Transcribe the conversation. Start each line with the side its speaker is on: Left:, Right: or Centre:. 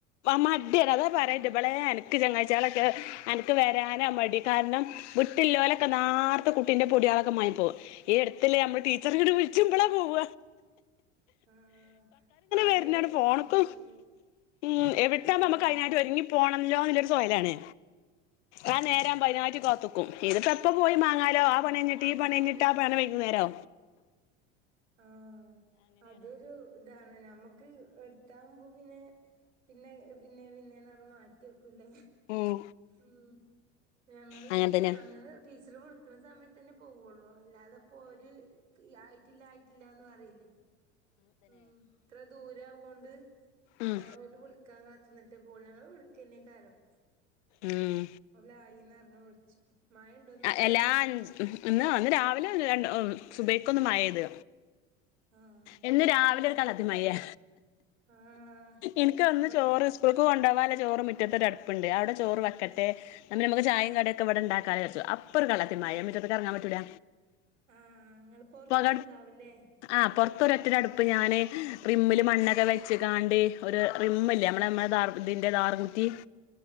Left: മ ടി ആദ്യ പറണ്ട്
Right: ആഹ്
Left: ബളെ അ ചങ്ങഴച്ചാലൊക്കെ അ നിക്ക് വരാന മടി കാരണം വിട്ടില്ലോലൊക്കെ നാർത്തെ കുട്ടിന്റെ പൊടി െ മ പോ ഈ എടുത്തല്ലേ നമ്മള് ടീച്ചർ കട് വിളിച്ചുമ്പളാ പോവ
Right: ആഹ അങ്ങനെന്താ
Left: വരുന്നാണ് ഫോണ്ക്കും
Right: ഉം
Left: ഉം എ വിട്ടാുമ്പോ
Right: ആഹ്
Left: നമ്മുക്ക് കതിനായിട്ട് ഒരുങ്ങി പോണല്ലോ എന്നുള്ളൊരു സോലാണ് ആ
Right: ആഹ്
Left: നേരാമ്പതിനാറ്റകാത്തക്കും ഇതിപ്പോ എപ്പ പോയി മാങ്ങാലോ
Right: ആഹ്
Left: ആ പണിഴിഞ്ഞിട്ട് ഈ പണിഴിഞ്ഞിട്ട് കിട്ടാ പണ വൈകേരോ
Right: ആഹ അതൊരു ഇതാണ് നമ്മുക്ക് എടുത്താുമ്പോ പിന്നെ പിന്നെ പിന്നെ പിന്നെ ന്നറഞ് മാറ്റി വെക്കൂല്ലേ
Left: ഉം
Right: ഉം ഞങ്ങള്
Left: അങ്ങനെ
Right: പിന്നെ
Left: തന്നെയാണ്
Right: അങ്ങനെ ടീച്ചറ് കൊടു നക്കുന്ന സമയത്ത് തന്നെ പോവുള്ളൂ അല്ലാതെപ്പോൊ ഒരുര് ആയിട്ടില്ല ആയിട്ടില്ലന്ന് അറിയില്ലേ ഉം ഇത്ര ദൂരവൊണ്ട്
Left: ഉം
Right: ഞങ്ങള്ഓല് വിളിക്കാൻ ന്നട്ട് പോവുള്ളു ഞങ്ങൾ വിളക്കന്നെക്കാരം
Left: ഉം
Right: ഓലാ യിന്ന്റിഞ്ഞഞ് വിളിച്ചു മഴണ്ടോന്നങ്ങട്
Left: എല്ലാ ഇന്ന് അന്ന് രാവിലെ ര സുബൈ ക്കൊന്നും മഴ ഇത്
Right: ആഹ്
Left: ഇ ന്ന് രാവിലെ
Right: ഇബടെ
Left: ഒരു കാളദ്യ മയ
Right: ആഹ്
Left: എനിക്ക്ന്ന്
Right: ഇബടെ
Left: ചോറ് സ്കൂൾ കൊ ണ്ടാ വാള്ള ചോറ് മുറ്റത്ത ഒരു അടുപ്പുണ്ട് അവിടെോ വക്കട്ടെ നമ്മ നക്ക് ചായയും കടിക്കെ ഇവിടെ ഉണ്ടാക്കചാര്ച്ചും അ പം ഒരു കള്ളത്തിമയ മറ്റത്തെക്ക് ഇറങ്ങാൻപറ്റൂല
Right: ആഹ് ഇങ്ങള് പൊറത്തും
Left: പക
Right: ഉണ്ടാവുല്ലേ
Left: ആഹ പുൊറത്തൊര
Right: ആഹ്
Left: ഒറ്റയുടെ അടുപ്പ് ഞാന് റിമ്മില് മണ്ണൊക്കെ വെച്ച കാണ്ട് ഒരു റിമ്മല്ലേ നമ്മടെ നമ്മുടെ ഇതിന്റെദാർ കുറ്റി